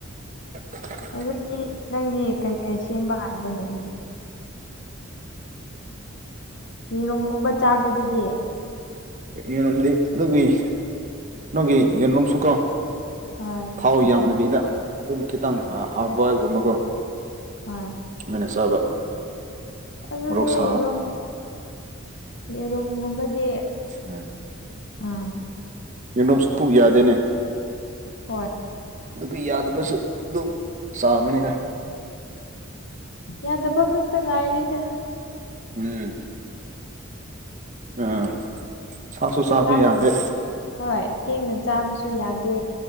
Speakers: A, on the right; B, on the left.
A: <inaudible>
B: ꯑꯗꯨꯗꯤ ꯅꯪꯗꯤ ꯀꯩꯀꯩ ꯁꯦꯝꯕ ꯍꯥꯏꯕꯅꯦ ꯑꯗꯨꯗꯤ ꯌꯦꯔꯨꯝꯒꯨꯝꯕ ꯆꯥꯕꯗꯨꯗꯤ
A: ꯌꯦꯟꯗꯤ ꯑꯗꯨꯒꯤ ꯅꯣꯏꯒꯤ ꯌꯦꯟꯂꯣꯝꯁꯨꯀꯣ
B: ꯍꯣꯏ
A: ꯊꯥꯎ ꯌꯥꯝꯗꯕꯤꯗ ꯑꯗꯨꯝ ꯈꯤꯇꯪ ꯍꯥꯞ ꯕꯣꯏꯜꯒꯨꯝꯕꯀꯣ
B: ꯍꯣꯏ
A: ꯁꯃꯥꯏꯅ ꯆꯥꯕ
B: ꯑꯗꯨꯗꯤ
A: ꯃꯣꯔꯣꯛ ꯁꯥꯕ
B: ꯌꯦꯔꯨꯝ ꯌꯦꯔꯨꯝꯒꯨꯝꯕꯗꯤ
A: ꯎ
B: ꯎꯝ
A: ꯌꯦꯗꯣꯁꯨꯄꯨ ꯌꯥꯗꯦꯅꯦ
B: ꯍꯠ
A: ꯑꯗꯨꯒ ꯌꯥꯗꯕꯁꯨ ꯑꯗꯨꯝ ꯆꯥꯕꯅꯤꯗ
B: ꯌꯥꯗꯕꯣ ꯈꯛꯇꯪ ꯉꯥꯏꯔꯤꯗ
A: ꯎꯝ ꯎꯝ ꯁꯥꯁꯨ ꯆꯕ
B: ꯆꯥꯛ
A: ꯌꯥꯗꯦ
B: ꯍꯣꯏ ꯊꯦꯡꯅ ꯆꯥꯕꯁꯨ ꯌꯥꯗꯦ